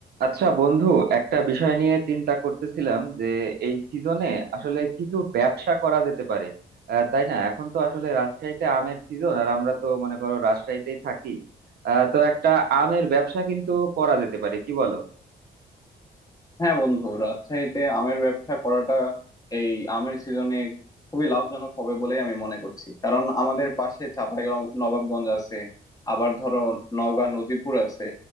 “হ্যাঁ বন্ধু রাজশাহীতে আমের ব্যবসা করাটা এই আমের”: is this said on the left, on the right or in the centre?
Left